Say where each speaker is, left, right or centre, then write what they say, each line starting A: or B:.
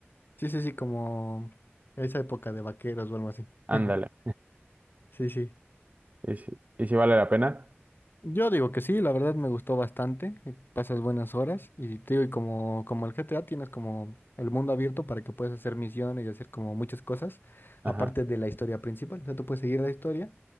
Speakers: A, on the left; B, on the right.
A: Sí, sí, sí, como esa época de vaqueros o algo así.
B: Ándale.
A: <laughs> Sí, sí.
B: ¿Y si, y si vale la pena?
A: Yo digo que sí, la verdad me gustó bastante, eh, pasas buenas horas y te digo, y como, como el GTA tienes como el mundo abierto para que puedas hacer misiones y hacer como muchas cosas,
B: Ajá.
A: aparte de la historia principal, o sea, tú puedes seguir la historia